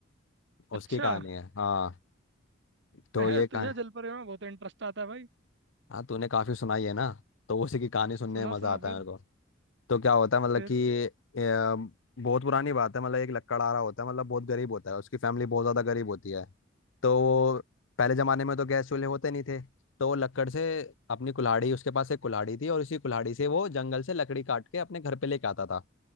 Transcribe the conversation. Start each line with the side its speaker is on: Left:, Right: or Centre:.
Right: अच्छा
Left: उसकी कहानी है हाँ तो
Right: मैं
Left: ये कहानी
Right: तुझे जलपरी में बहुत इंटरेस्ट आता है भाई
Left: हाँ तूने काफी सुनाई है ना तो उसी की कहानी सुनने
Right: सुना
Left: में मजा
Right: सुना
Left: आता
Right: फिर
Left: है मेरे को तो क्या होता है मतलब
Right: फिर
Left: कि अम, बहुत पुरानी बात है मतलब एक लकड़हारा होता है मतलब बहुत गरीब होता है उसकी फैमिली बहुत ज़्यादा गरीब होती है तो वो पहले ज़माने में तो गैस चूल्हे होते नहीं थे तो वो लकड़ से अपनी कुल्हाड़ी उसके पास एक कुल्हाड़ी थी और इसी कुल्हाड़ी से वो जंगल से लकड़ी काट के अपने घर पे लेके आता था